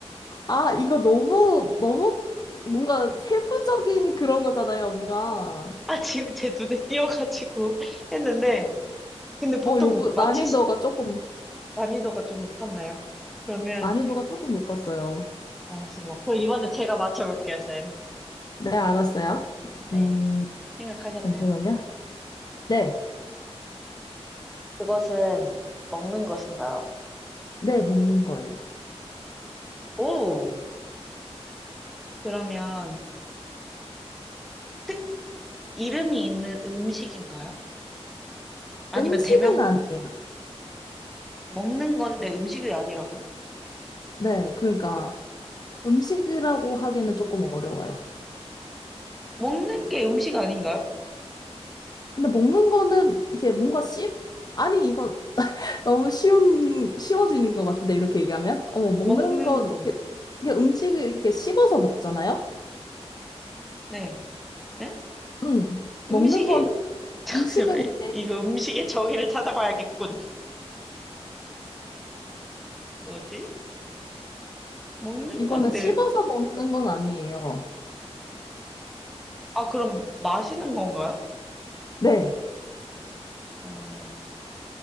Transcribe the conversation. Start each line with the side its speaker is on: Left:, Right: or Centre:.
Left: 아, 이거 너무, 너무 뭔가 세부적인 그런 거잖아요, 뭔가.
Centre: 아, 지금 제 눈에 띄어가지고 <laughs> 했는데, 근데 보통
Left: 어, 요거
Centre: 맞출
Left: 난이도가
Centre: 수-
Left: 조금,
Centre: 난이도가 좀 높았나요? 그러면,
Left: 난이도가 조금 높았어요.
Centre: 알겠습니다. 그럼 이번에 제가 맞춰볼게요, 쌤.
Left: 네, 알았어요.
Centre: 네.
Left: 음,
Centre: 생각하셨나요?
Left: 잠시만요. 네,
Centre: 그것은 먹는 것인가요?
Left: 네, 먹는 거예요.
Centre: 오! 그러면, 특, 이름이 있는 음식인가요? 아니면
Left: 음식은
Centre: 대명,
Left: 아니에요.
Centre: 먹는 건데 음식이 아니라고요?
Left: 네, 그러니까 음식이라고 하기는 조금 어려워요.
Centre: 먹는 게 음식 아닌가요?
Left: 근데 먹는 거는 이게 뭔가 씹? 아니, 이거 <laughs> 너무 쉬운, 쉬워지는 것 같은데, 이렇게 얘기하면? 어, 먹는
Centre: 먹는
Left: 거,
Centre: 거.
Left: 이게, 이게 음식을 이렇게 씹어서 먹잖아요?
Centre: 네. 네?
Left: 음, 먹는
Centre: 음식이,
Left: 거는
Centre: <laughs> 잠시만,
Left: 음식은 이제
Centre: 이거 음식의 정의를 찾아봐야겠군. 뭐지? 먹는
Left: 이거는
Centre: 건데,
Left: 씹어서 먹는 건 아니에요.
Centre: 아, 그럼 마시는 건가요?
Left: 네.
Centre: 어,